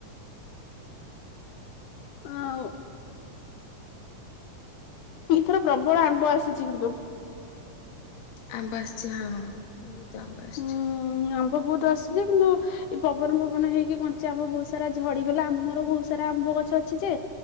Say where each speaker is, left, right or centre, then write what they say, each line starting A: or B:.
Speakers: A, on the left; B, on the left.
A: ଆଉ ଏଥର ପ୍ରବଳ ଆମ୍ବ ଆସିଛି କିନ୍ତୁ
B: ଆମ ବସଛି ହଁ ହଁ ବହୁତ ଆମ ବାସ୍ଛି
A: ହୁଁ ଆମ୍ବ ବହୁତ ଆସୁଛି କିନ୍ତୁ ଏ ପବନ ପବନ ହେଇକି କଞ୍ଚ ଆମ୍ବ ବହୁତ ସାରା ଝଡିଗଲା ଆମର ବହୁତ ସାରା ଆମ୍ବ ଗଛ ଅଛି ଯେ